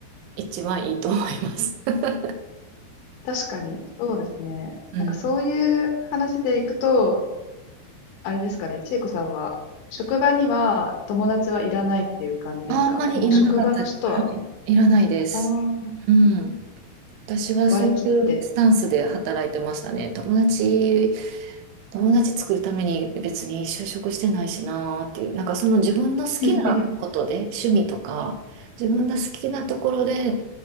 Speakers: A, on the right (about 80°); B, on the left (about 75°).
A: 一番いいと思います。<laughs>
B: 確かに、そうですね。
A: うん。
B: なんかそういう話でいくと、あれですかね、千恵子さんは、職場には友達はいらないっていう感じですかもう職場の人は、
A: あんまりいらなかったはい、いらないです。
B: あー
A: うん。私はそういうスタンスで働いてましたね。
B: 割り切って。
A: 友達、友達作るために別に就職してないしなーっていう、なんかその自分の好きなことで、
B: <laughs>
A: 趣味とか、自分の好きなところで